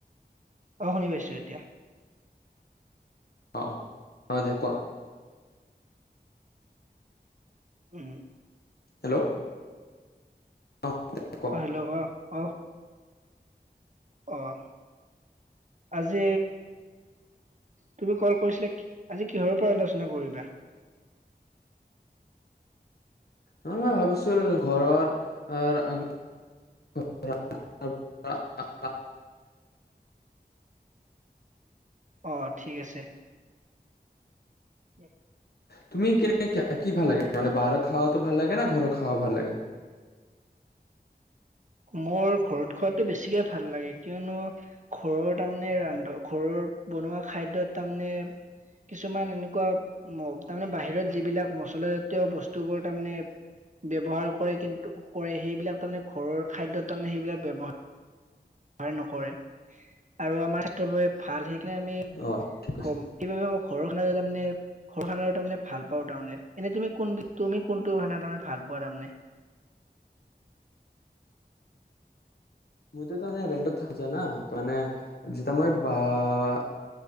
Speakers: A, on the right (about 45°); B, on the left (about 65°).
A: অ', শুনি পাইছোঁ এতিয়া।
B: অ', অহ, দে কোৱা।
A: উম।
B: হেল্ল' অ কোৱা কোৱা
A: অ হেল্ল' ক' অহ অহ আজি, তুমি ক'ল কৰিছিলা, আজি কিহৰ ওপৰত আলোচনা কৰিবা?
B: নহয় মই ভাবিছো ঘৰৰ আহ <unintelligible> আলোচনা
A: অ ঠিক আছে। উম
B: তুমি কেনে কি ভাল লাগে মানে বাহিৰৰ খাৱাটো ভাল লাগে নে? ঘৰৰ খাৱা ভাল লাগে?
A: মোৰ ঘৰত খোৱটো বেছিকে ভাল লাগে কিয়নো ঘৰৰ তাৰমানে ৰান্ধ ঘৰৰ বনোৱা খাদ্যত তাৰমানে কিছুমান এনেকুৱা ম' তাৰমানে বাহিৰত যিবিলাক মচলা জাতীয় বস্তুবোৰ তাৰমানে ব্যৱহাৰ কৰে কিন্তু কৰে সেইবিলাক তাৰমানে ঘৰৰ খাদ্যত তাৰমানে সেইবিলাক ব্যৱহাৰ- ৰ নকৰে আৰু আমাৰ স্বাস্থ্যৰ বাবে ভাল সেই <unintelligible>
B: অ ঠিক কৈছা
A: <inaudible> ঘৰ খানা তাৰমানে ভাল পাওঁ তাৰমানে এনে তুমি কোন বি তুমি কোনটো খানা তাৰমানে ভাল পোৱা তাৰমানে?
B: মইতো তাৰমানে ৰেন্টত থাকিছো না মানে যেতিয়া মই বা-